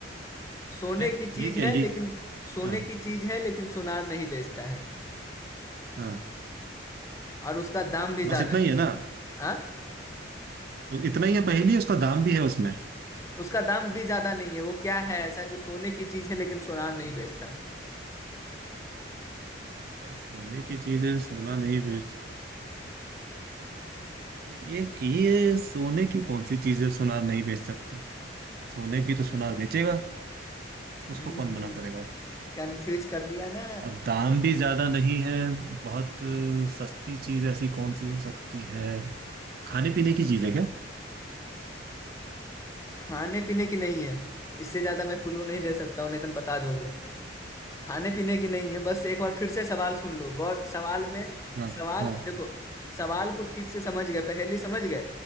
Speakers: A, on the left; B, on the right.
A: सोने
B: है
A: की चीज
B: ये क्या
A: है
B: ये
A: लेकिन सोने
B: हाँ
A: की चीज है लेकिन सोनार नहीं बेचता है
B: हाँ
A: और उसका दाम भी ज्यादा
B: बस इतना
A: नहीं
B: ही है ना
A: हाँ
B: उस- इतना ही है पहेली है, उसका दाम भी है उसमें
A: उसका दाम भी ज्यादा नहीं है वो क्या है ऐसा जो सोने की चीज है लेकिन सोनार नहीं बेचता
B: आ, सोने की चीज है सोना नहीं बेच ये ये सोने की कौन सी चीज है सोना नहीं बेच सकता सोने की तो सोनार बेचेगा
A: हम्म
B: उसको कौन मना करेगा
A: कंफ्यूज कर दिया ना
B: अब दाम भी ज्यादा नहीं है बहुत अ, सस्ती चीज ऐसी कौन सी हो सकती है खाने पीने की चीज है क्या
A: खाने पीने की नहीं है इससे ज्यादा मैं क्लू नहीं दे सकता हूँ नहीं तो तुम बता दोगे खाने पीने की नहीं है बस एक बार फिर से सवाल सुन लो गौर सवाल में
B: हाँ
A: सवाल
B: हाँ
A: देखो सवाल को ठीक से समझ गए पहेली समझ गए